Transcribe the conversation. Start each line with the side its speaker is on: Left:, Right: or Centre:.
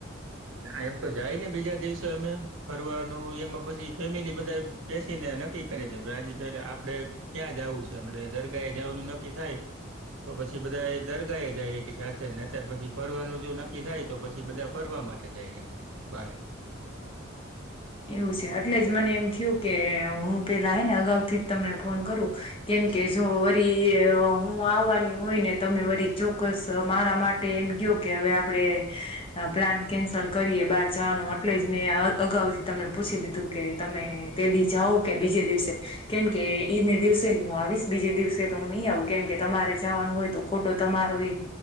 Right: ના એમ તો જાયને બીજા દિવસે અમે ફરવાનું એમાં પછી ફેમિલી બધા બેસી ને નક્કી કરી છે આજ પે આપડે ક્યાં જવું છે દરગા એ જવાનું નક્કી થાય તો પછી બધા એ દર્ગા એ જાય કે સાથે ને અત્યારે પછી ફરવાનું જો નક્કી થાય તો પછી બધા ફરવા માટે જયંદ બારે
Left: એવું છે એટલે જ મને એમ થયું કે હું પેલા હ ને અગાઉ થી જ તમને ફોન કરું કેમ કે જો વરી હું આવવાની હોય ને તમે વરી ચોક્કસ મારા માટે એમ કયો કે હવે આપડણે પ્લાન કેન્સલ કરીએ બહાર જવાનું એટલે જ મેં અગાઉ તમને પૂછી લીધું કે તમે પેલી જાઓ કે બીજે દિવસે કેમકે ઈને દિવસે જ હું આવીશ બીજે દિવસે તો હું નહી આવું કેમ કે તમારે જવાનું હોય તો ખોટો તમારો એ